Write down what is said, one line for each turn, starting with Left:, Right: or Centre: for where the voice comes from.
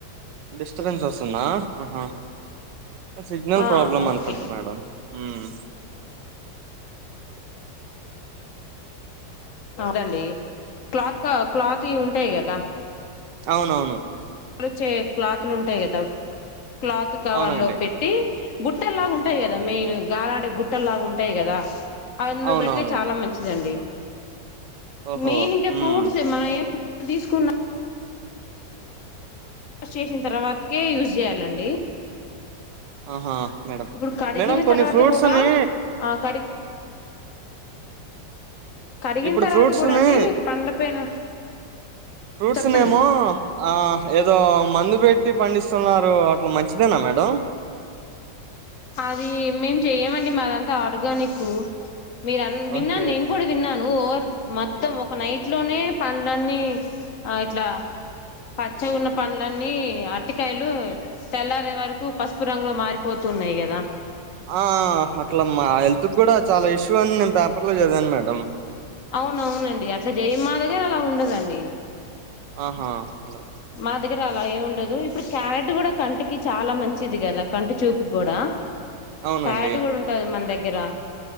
Right: డిస్టబెన్స్ వస్తుందా ఆహ సిగ్నల్
Left: ఆ
Right: ప్రాబ్లమ్
Left: ఓకే
Right: అనుకుంటా మేడం ఉమ్
Left: కాదండి క్లాత్ క క్లాత్ ఉంటాయి కదా
Right: అవునవును
Left: తలుచే క్లాతులుంటాయి కదా క్లాత్ కవర్
Right: అవునండి
Left: లో పెట్టి బుట్టలులాగా ఉంటాయి కదా మెయిన్ గాలాడే బుట్టలు లాగా ఉంటాయి కదా అందులో
Right: అవునవును
Left: పెడితే చాలా మంచిదండి
Right: ఓహో
Left: మెయిన్ ఇంకా ఫ్రూట్స్
Right: మ్మ్
Left: ఏ మా తీసుకున్నా వాష్ చేసిన తర్వాతకే యూజ్ చేయాలండి
Right: ఆహా మేడం
Left: ఇప్పుడు కడిగిన
Right: మేడం కొన్ని
Left: తర్వాత
Right: ఫ్రూట్స్ని
Left: కూడా ఆ కడి కరిగిన
Right: ఇప్పుడు
Left: తర్వాత
Right: ఫ్రూట్స్ని
Left: కూడా అండి పండ్ల పైన
Right: ఫ్రూట్స్
Left: చెప్పండి
Right: నమో ఆ ఏదో మందు పెట్టి పండిస్తున్నారు అట్లా మంచి చిదేనా మేడ
Left: అది మేము చెయ్యమండి మాదంతా ఆర్గానిక్ మీరు విన్నాను
Right: ఓకే
Left: నేను
Right: ఓకే
Left: కూడా విన్నాను ఓ మ మొత్తం ఒక నైట్ లోనే పండ్లన్నీ ఆ ఇట్లా పచ్చ ఉన్న పండ్లన్నీ అటికాయలు తెల్లారే వరకు పసుపు రంగు మారిపోత తున్నాయి కదా
Right: ఆ అట్లా మా హెల్త్ కూడా చాలా ఇష్యూ అని నేను పేపర్ లో చదివాను మేడం
Left: అవునవునండి అట్లా జయ మదేగారా అలా ఉండదండి
Right: ఆహా మేడం
Left: మా దగ్గర అలా ఏ ఉండదు ఇప్పుడు క్యారెట్ కూడా కంటికి చాలా మంచిది కదా కంటి చూపు కూడా
Right: అవునండి
Left: క్యారెట్ కూడా ఉంటది మన దగ్గర గిరా